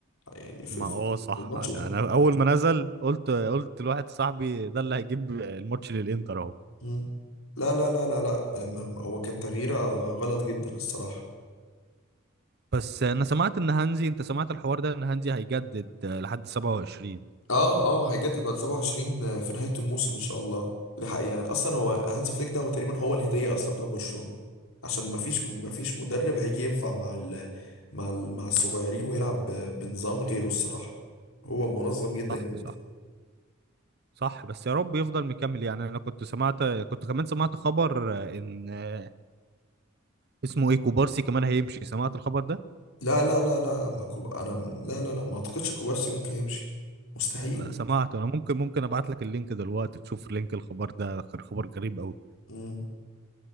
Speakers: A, on the left; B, on the right.
A: يعني في
B: ما
A: في
B: اه صح
A: الماتش
B: انا
A: ده
B: أنا اول ما نزل قلت قلت لواحد صاحبي ده اللي هيجيب الماتش للانتر اهو
A: مم. لا لا لا لا لا م- م- هو كان تغييره غلط جدا الصراحة
B: بس انا سمعت ان هانزي انت سمعت الحوار ده ان هانزي هيجدد آه، لحد 27
A: اه اه هيجدد بعد 27 في نهاية الموسم ان شاء الله ده حقيقي يعني اصلا هو هانز فليك ده هو تقريبا هو الهدية اصلا بتاعت برشلونة عشان مفيش مفيش مدرب هيجي ينفع مع ال مع ال مع الصغيرين ويلعب ب- بنظام غيره الصراحة هو منظم جدا
B: صح
A: جدا
B: صح صح بس يا رب يفضل مكمل يعني انا كنت سمعت كنت كمان سمعت خبر آه، ان آه، اسمه ايه كوبارسي كمان هيمشي سمعت الخبر ده
A: لا لا لا لا ما كوب... انا لا لا لا ما اعتقدش كوبارسي ممكن يمشي مستحيل
B: لا سمعته انا ممكن ممكن ابعت لك اللينك دلوقتي تشوف لينك الخبر ده كان خبر غريب قوي
A: مم.